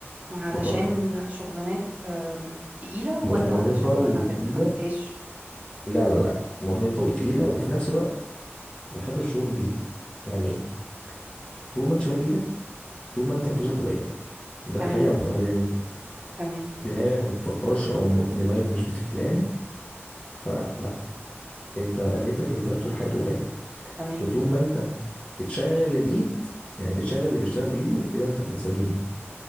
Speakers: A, on the right (about 35°); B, on the left (about 25°).
A: علشان
B: بجرب
A: شغلانات أم، تقيله ولا
B: م- مرهقة
A: علشان
B: وتقيلة
A: ما حبيت ما حبيتهاش
B: لا لا لا مرهقة وتقيلة وفي نفس الوقت ما بحبش الشغل بالإيد يعني إيه؟ طول ما أنت شغال بإيدك طول ما أنت فلوسك قليلة ده
A: تمام
B: حاجة أنا مقتنع بيها من
A: تمام
B: دماغك ما بتفكرش أو م- دماغك مش بتبلان فلا أنت ريتك هيفضل طول حياته قليل
A: تمام
B: لكن طول ما أنت بتشغل الإيد يعني بتشغل اللي بيشتغل بإيده كده أنت في السليم